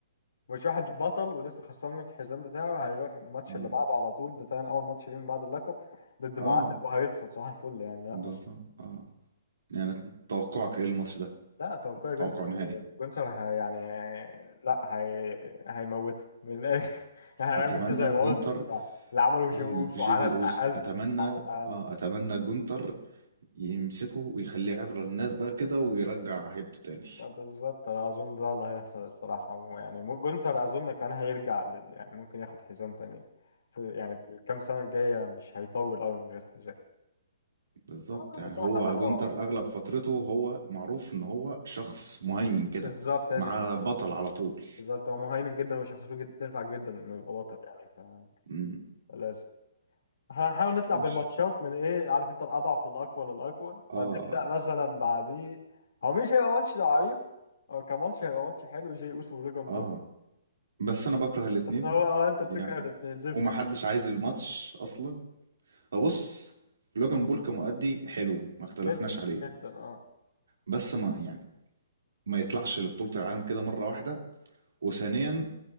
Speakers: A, on the left; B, on the right.
A: مش واحد بطل ولسه خسران من الحزام بتاعه هيروح الماتش
B: اه
A: اللي بعده على طول ده تاني اول ماتش ليه من بعد اللقب ضد معلق
B: اه
A: وهيخسر صح الفل يعني لا
B: بالظبط
A: ما اظنش
B: اه يعني توقعك ايه الماتش ده
A: لا توقعي
B: توقع
A: جونسر
B: نهائي
A: جونسر هي يعني لا هي هيموته من الاخر <laughs> يعني هيعمل
B: اتمنى
A: كده زي ما قلت
B: جونتر
A: اللي اللي عمله جيم
B: اه
A: اوسو
B: جيمي
A: على الاقل
B: اوسو اتمنى
A: على الاقل
B: اه اتمنى جونتر يمسكه ويخليه عبرة للناس بقى كده ويرجع هيبته تاني
A: لا بالظبط انا اظن ده اللي هيحصل الصراحه يعني مو- جونسر اظن كان هيرجع لل... يعني ممكن ياخد حزام تاني في يعني في الكام سنه الجايه مش هيطول قوي من غير حزام
B: بالظبط
A: آه،
B: يعني
A: صراحه
B: هو
A: هو
B: جندر اغلب فترته هو معروف ان هو شخص مهيمن كده
A: بالظبط هي
B: مع
A: دي الفكره
B: بطل على طول
A: بالظبط هو مهيمن جدا وشخصيته جدا تنفع جدا انه يبقى بطل يعني ف-
B: امم
A: فلازم احنا هنحاول نطلع
B: ماشي
A: بالماتشات من ايه عارف انت الاضعف للاقوى للاقوى
B: اه
A: فنبدا
B: اه
A: مثلا بعديه هو مش هيبقى ماتش ضعيف هو كماتش هيبقى ماتش حلو جي اوسو ولوجان
B: اه
A: بول
B: بس انا بكره الاتنين
A: بس هو اه انت بتكره
B: يعني
A: الاثنين دي الفكره
B: ومحدش عايز الماتش اصلا بص لوجان بول كمؤدي حلو ما اختلفناش
A: جدا
B: عليه
A: جدا اه
B: بس ما يعني ما يطلعش لبطولة العالم كده مرة واحدة وثانيا